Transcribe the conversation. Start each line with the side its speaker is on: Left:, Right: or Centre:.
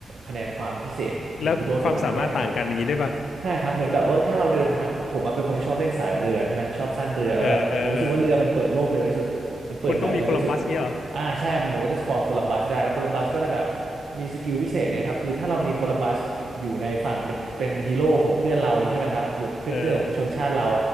Right: คะแนนความพิเศษของฮีโร่ตัวนั้นให้อะไรเงี้ย
Left: แล้วความสามารถต่างกันอย่างนี้ได้ป่ะ
Right: ใช่ครับเหมือนแบบว่าถ้าเราเดินทางผมมาเป็นคนชอบเล่นสายเรือใช่ไหมชอบสร้างเรือแล้วผมรู้สึกว่าเรือมันเปิดโลกเร็วที่สุดมันเปิดแมปเร็วที่สุด
Left: เออเออเออคุณต้องมีโคลัมบัสเงี้ยเหรอ
Right: อ่าใช่มันผมก็จะสปอนโคลัมบัสได้แล้วโคลัมบัสก็ได้แบบมีสกิลพิเศษเนี่ยครับคือถ้าเรามีโคลัมบัสอยู่ในฝั่งเป็นเป็นฮีโร่ของเพื่อนเราอย่างนี้ใช่ไหมครับอยู่เป็นเพื่อนกับชนชาติเรา
Left: เออ